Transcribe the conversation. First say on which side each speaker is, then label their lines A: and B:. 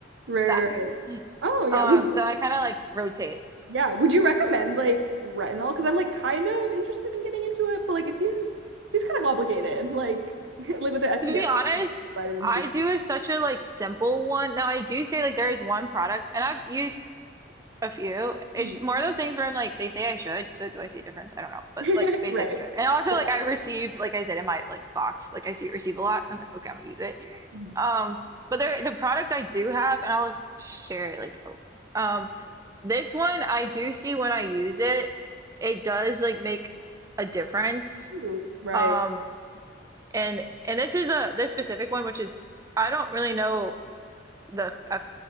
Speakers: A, on the right; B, on the right.
A: Right, right,
B: That.
A: right. Oh, yeah.
B: Um,
A: Would you,
B: so I kind of like rotate.
A: yeah. Would you recommend like retinol? Because I'm like kind of interested in getting into it, but like it seems seems kind of complicated. Like <laughs> like with the SPF,
B: To be honest,
A: vitamin
B: I
A: C.
B: do a, such a like simple one. Now I do say like there is one product, and I've used a few. It's
A: Hmm.
B: more of those things where I'm like, they say I should, so do I see a difference? I don't know, but
A: <laughs>
B: like they
A: Right.
B: say I should. And also
A: Yeah.
B: like I receive, like I said in my like box, like I see receive a lot, so I'm like, okay, I'm gonna use it.
A: Mhm.
B: Um, but there the product I do have, and I'll share it like um this one I do see when I use it, it does like make a difference.
A: Ooh, Right.
B: Um and and this is a this specific one, which is I don't really know the eff-